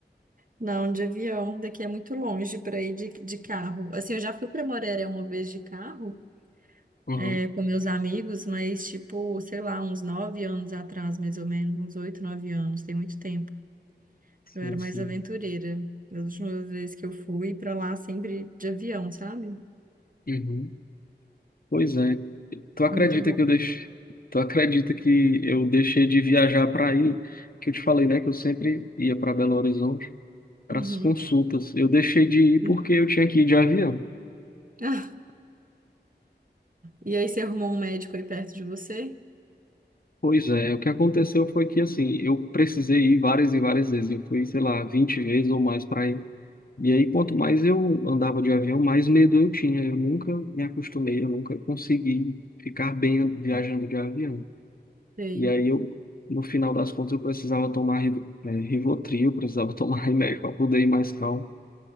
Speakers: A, on the right; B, on the left.
A: Não, de avião, daqui é muito longe para ir de, de carro. Assim, eu já fui para Moreré uma vez de carro,
B: Uhum.
A: é, com meus amigos, mas tipo, sei lá, uns nove anos atrás, mais ou menos, uns oito, nove anos, tem muito tempo.
B: Sim,
A: Eu era mais
B: sim.
A: aventureira. Das últimas vezes que eu fui pra lá, sempre de avião, sabe?
B: Uhum. Pois é. Tu acredita
A: É muito bom.
B: que eu deixei, tu acredita que eu deixei de viajar para aí? Que eu te falei, né? Que eu sempre ia para Belo Horizonte. para
A: Uhum.
B: as consultas. Eu deixei de ir
A: E
B: porque
A: <laughs>
B: eu tinha que ir de avião.
A: Ah, e aí, você arrumou um médico aí perto de você?
B: Pois é, o que aconteceu foi que assim, eu precisei ir várias e várias vezes. Eu fui, sei lá, 20 vezes ou mais para ir. E aí, quanto mais eu andava de avião, mais medo eu tinha. Eu nunca me acostumei, eu nunca consegui ficar bem viajando de avião.
A: Sei,
B: E aí eu, no final das contas, eu precisava tomar Riv- eh, Rivotril, eu precisava <laughs> tomar remédio para poder ir mais calmo,